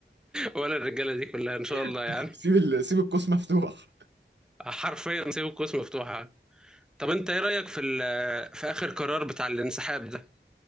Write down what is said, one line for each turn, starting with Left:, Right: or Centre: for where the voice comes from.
Centre: ولا الرجاله دي كلها ان شاء الله
Right: <laughs>
Centre: يعني
Right: سيب ال... سيب القوس مفتوح
Centre: حرفيا سيب القوس مفتوحه طب انت ايه رايك في ال- في اخر قرار بتاع الانسحاب ده